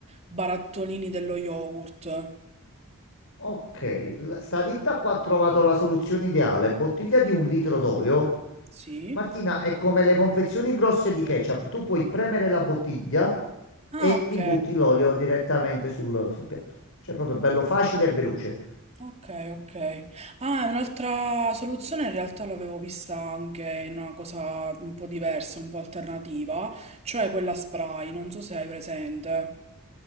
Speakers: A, on the right; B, on the left.
A: barattolini dello yogurt.
B: Ok, l- sta ditta qua ha trovato la soluzione ideale. Bottiglia di un litro d'olio
A: Sì.
B: Martina, è come le confezioni grosse di ketchup. Tu puoi premere la bottiglia
A: Ah,
B: e
A: ok.
B: ti butti l'olio direttamente sul, sul piatto. Cioè, proprio bello facile e veloce.
A: Ok, ok. Ah, è un'altra soluzione in realtà l'avevo vista anche in una cosa un po' diversa, un po' alternativa, cioè quella spray, non so se hai presente.